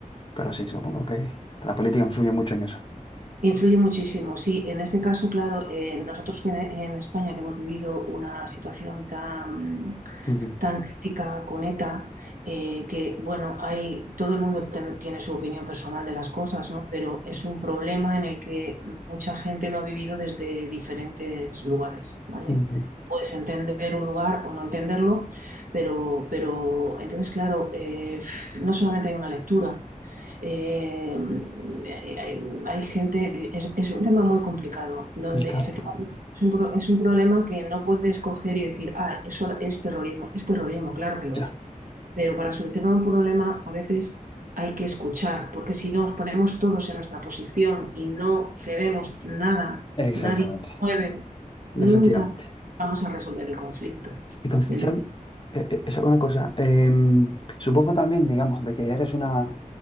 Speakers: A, on the left; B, on the right.
A: pero sí, supongo que la política influye mucho en eso.
B: Influye muchísimo, sí. En ese caso, claro, eh, nosotros que en, en España que hemos vivido una situación tan,
A: Ujú,
B: tan crítica con ETA, eh, que bueno, hay, todo el mundo ten- tiene su opinión personal de las cosas, ¿no? Pero es un problema en el que mucha gente lo ha vivido desde diferentes lugares, ¿vale?
A: ujú.
B: Puedes entender un lugar o no entenderlo, pero, pero entonces, claro, eh, no solamente hay una lectura. Eh, hay, hay- hay gente, es, es un tema muy complicado, donde
A: Y claro,
B: efectivamente
A: claro.
B: es un, pro- es un problema que no puedes coger y decir, ah, eso es terrorismo. Es terrorismo, claro que lo
A: ya.
B: es. Pero para solucionar un problema a veces hay que escuchar, porque si nos ponemos todos en nuestra posición y no cedemos nada,
A: Exactamente.
B: nadie nos mueve, nunca
A: Efectivamente.
B: vamos a resolver el conflicto.
A: Y Concepción,
B: Entonces,
A: eh, eh, es una cosa, em, supongo también, digamos, de que eres una,